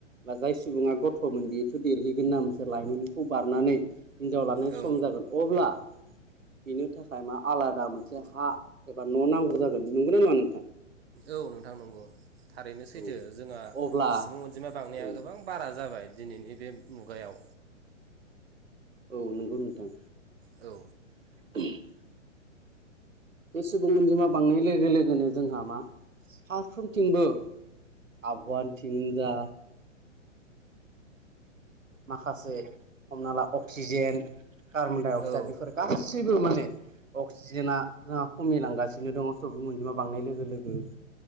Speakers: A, on the right; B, on the right.
A: बा जाय सुबुङा गथ'मोनदि <unintelligible> थ' देरहैगोन ना मोनसे लाइमोनखौ बारनानै हिनजाव लानाय
B: औ
A: सम जागोन अब्ला इनो थाख थाइमा आलादा मोनसे हा एबा न' नांगौ जागोन नंगौना नङा नोंथां?
B: औ नोंथां नंगौ थारैनो सैथो
A: औ
B: जोंङा
A: अब्ला
B: सुबुं अनजिमा बांनाया
A: औ
B: गोबां बारा जाबाय दिनैनि बे मुगायाव
A: औ नंगौ नोंथां।
B: औ।
A: <unintelligible> बे सुबुं अनजिमा बांनाय लोगो लोगोनो जोंहा मा फारफ्रोमथिंबो आबगवान थिनि जा माखासे हमना ला अक्सिजेन का <unintelligible> -डाइ अक्साइड
B: औ
A: बेफोर गासैबो माने अक्सिजेना जोंहा खमायलांगासिनो दङ' सुबुं अनजिमा बांनाय लोगो लोगो